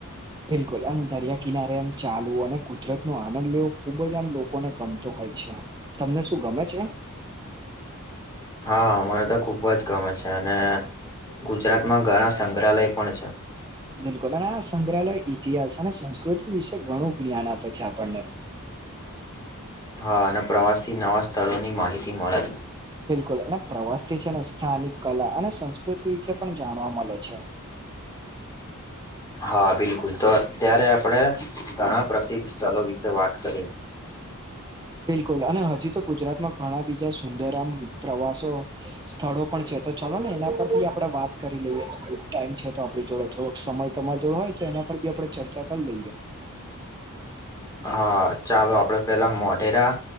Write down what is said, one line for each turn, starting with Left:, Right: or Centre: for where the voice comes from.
Right: બિલકુલ આમ દરિયા કિનારે એમ ચાલવું અને કુદરત નો આનંદ લેવો ખુબ જ આમ લોકોને ગમતો હોય છે તમને શું ગમે છે
Left: હા મમને તો ખુબ જ ગમે છે અને ગુજરાતમાં ઘણા સંગ્રહાલય પણ છે
Right: બિલકુલ અને આ સંગ્રહાલય ઇતિહાસ અને સંસ્કૃતિ વિશે ઘણું જ્ઞાન આપે છે આપણને
Left: હા અને પ્રવાસ થી નવા સ્થળોની માહિતી મળે
Right: બિલકુલ અને પ્રવાસથી છે ને સ્થાનિક કલા અને સંસ્કૃતિ વિશે પણ જાણવા મળે છે
Left: હા બિલકુલ તો અત્યારે આપણે ઘણા પ્રસિદ્ધ સ્થળો વિશે વાત કરીએ
Right: બિલકુલ અને હજી તો ગુજરાતમાં ઘણા બીજા સુંદર આમ પ્રવાસો સ્થળો પણ છે તો ચાલો ને એના પર આપડે વાત કરી લઈએ ટાઈમ છે તો આપડી જોડે થોડોક સમય તમારી જોડે હોય તો એના પર બી આપડે ચર્ચા કરી લઈએ
Left: હા ચાલો આપડે પેલા મોઢેરા